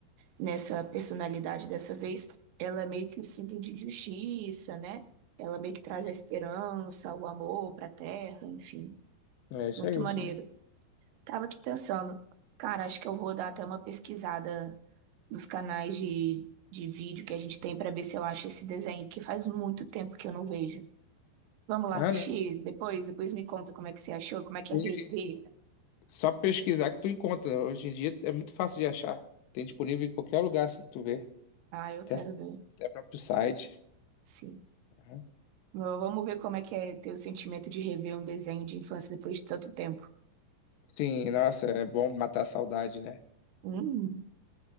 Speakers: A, on the right; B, on the left.
A: nessa personalidade dessa vez, ela é meio que o símbolo de justiça, né? Ela meio que traz
B: sim.
A: a esperança, o amor pra terra, enfim.
B: É isso
A: Muito
B: aí,
A: maneiro.
B: isso mesmo.
A: Tava aqui pensando, cara, acho que eu vou dar até uma pesquisada dos canais de, de vídeo que a gente tem para ver se eu acho esse desenho, que faz muito tempo que eu não vejo. Vamos lá
B: Ah,
A: assistir
B: não.
A: depois? Depois me conta como é que você achou, como é que é
B: Sim,
A: rever.
B: sim. Só pesquisar que tu encontra. Hoje em dia é muito fácil de achar. Tem disponível em qualquer lugar, assim, que tu vê.
A: Ah, eu quero
B: Até,
A: ver.
B: até próprio site.
A: Sim.
B: Uhum.
A: V- Vamos ver como é que é ter o sentimento de rever um desenho de infância depois de tanto tempo.
B: Sim, nossa, é bom matar a saudade, né?
A: Hum,